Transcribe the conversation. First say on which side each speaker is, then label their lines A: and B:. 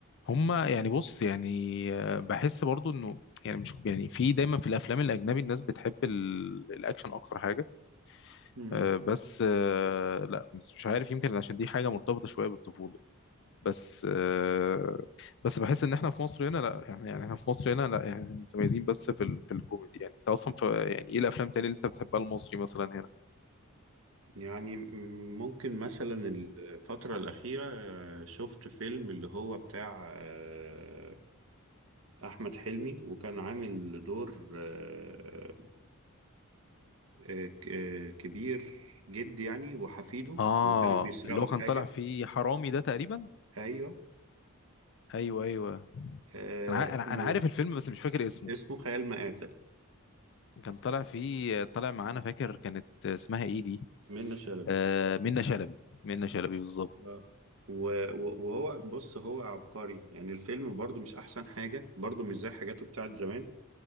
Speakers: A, on the left (about 55°); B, on the right (about 65°).
A: هما يعني بص يعني آه، بحس برضو انه يعني مش يعني في دايما في الافلام الاجنبي الناس بتحب ال- الاكشن اكتر حاجه
B: مم،
A: آه، بس آه، لا بس مش عارف يمكن عشان دي حاجه مرتبطه شويه بالطفوله بس آه، بس بحس ان احنا في مصر هنا لا يعني يعني احنا في مصر هنا لا يعني متميزين بس في ال- في الكوميدي يعني انت اصلا في يعني ايه الافلام تاني اللي انت بتحبها المصري مثلا هنا
B: يعني ممكن مثلا الفترة الأخيرة آه، شفت فيلم اللي هو بتاع آه، أحمد حلمي وكان عامل دور آه، آه، ك- آه، كبير جد يعني وحفيده
A: اه
B: وكانوا بيسرقوا
A: اللي هو
B: حاجة
A: كان طالع فيه حرامي ده تقريبا
B: أيوه
A: ايوه ايوه
B: آه،
A: انا ع- انا
B: اسمه
A: أنا عارف الفيلم بس مش فاكر اسمه
B: اسمه خيال مآتة
A: كان طالع فيه طالع معانا فاكر كانت اسمها ايه دي
B: منة شلبي
A: آه منة شلبي منة شلبي بالظبط
B: آه. و- و- وهو بص هو عبقري يعني الفيلم برضو مش أحسن حاجة برضو مش زي حاجاته بتاعت زمان